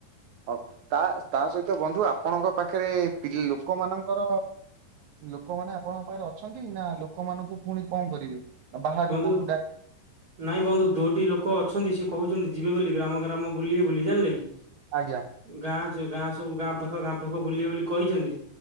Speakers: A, on the right; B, on the right.
A: ହଉ ତା ତା ସହିତ ବନ୍ଧୁ ଆପଣଙ୍କ ପାଖରେ ପି ଲୋକମାନଙ୍କର ଲୋକମାନେ ଆପଣଙ୍କ ପାଖରେ ଅଛନ୍ତି ନା ଲୋକମାନଙ୍କୁ ପୁଣି କଣ କରିବେ? ବାହାରୁ
B: ବନ୍ଧୁ
A: କୋଉଠୁ ଡା
B: ନାଇଁ ବନ୍ଧୁ ଦୁ ଇତି ଲୋକ ଅଛନ୍ତି ସେ କହୁଛନ୍ତି ଯିବେ ବୋଲି ଗ୍ରାମ ଗ୍ରାମ ବୁଲେ ବୋଲିୁ ଜାଣିଲେ କି
A: ଆଜ୍ଞା
B: ଗାଁ ସୁ ଗାଁ ସବୁ ଗାଁ ପାଖ ଗାଁ ପାଖ ବୁଲିବା ବୁଲି କହିଛନ୍ତି